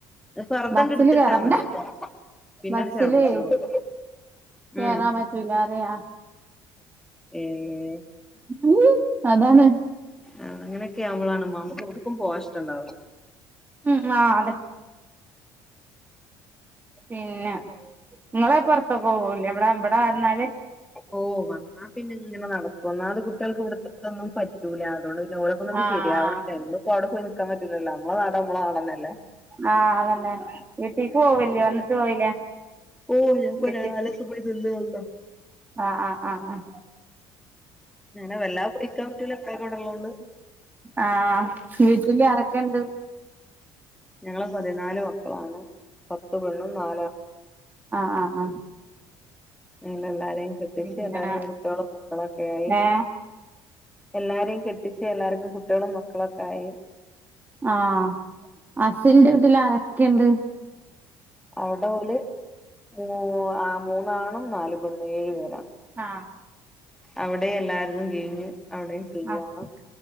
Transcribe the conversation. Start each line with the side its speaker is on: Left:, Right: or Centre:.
Centre: പർദ്ദണ്ട്
Right: ബസില്
Centre: എടുത്തിട്ടാ
Right: കേയറണ്ട
Centre: മതി പിന്നണ്ട്
Right: ബസില്
Centre: ഛർദിച്ചോളും
Right: കേറാ
Centre: ഉം
Right: പറ്റൂല അറെയ
Centre: ഏഹ്
Right: ഉ അതാണ്
Centre: ആഹ് അങ്ങനൊക്കെ നമ്മളാണ് നമ്മുക്ക് കൊടുക്കും പോഷ്ടം ഉണ്ടാവില്ല
Right: ഉം ആ അതെ പിന്നെ നിങ്ങളെ പുറത്ത പോകൂല്ല എവിടെ എവിടെ വന്നാല്
Centre: ഓ വന്നാ പിന്നെ ഇങ്ങനെ നടക്കും ഒന്നാമത് കുട്ടികൾക്ക് ഇവിടത്തെതൊന്നും പറ്റൂല്ല അതോണ്ട് പിന്ന ഓരൊക്കൊന്നണ്ട്
Right: ആ ആഹ്
Centre: ശരിയാവണും അ അടെ പോയി നിക്കാ പറ്റലല്ലോ നമ്മള നാ നമ്മളന്നെല്ലേ
Right: ആഹ് അതന്നെ വീട്ടീക്ക് പോവല്ലേ വന്നിട്ട് പോയില്ലേ
Centre: ഓ ഞാൻ പോരാ
Right: വീട്ടി
Centre: കാലസ പോയി നിന്ന് വന്നോ
Right: ആ ആ ആഹ് ആഹ്
Centre: ഞനെ വെല്ലാ പോയിക്കാൻ പറ്റൂല എപ്പ കടള്ളോ കൊണ്ട്
Right: ആഹ് വിട്ടല്ആരൊക്കെുണ്ട്
Centre: ഞങ്ങള് പതിനാല് മക്കളാണ് പത്ത്പെണ്ണും നാല
Right: ആഹ് ആഹ് ആഹ്
Centre: അല്ല എല്ലാരെയും ക്കെട്ടിച്ച്
Right: പിന്നെ
Centre: എല്ലാരും കുട്ടികളും മക്കളൊക്കെ ആയി
Right: ഏ
Centre: എല്ലാരേും കെട്ടിച്ച് എല്ലാർക്കും കുട്ടികളും മക്കളുക്കെ ആയി
Right: ആഹ് അസലിന്റെ വീട്ടിൽ ആരൊക്കെയണ്ട്
Centre: അവടെ ല് മ ആ മൂന്നാണ നാല് പെണ് ഏഴു പേരാണ്
Right: ആഹ്
Centre: അവടെ എല്ലാരതും കഴിഞ്ഞു അവിടെയും ഫ്രീയാണ്
Right: ആഹ്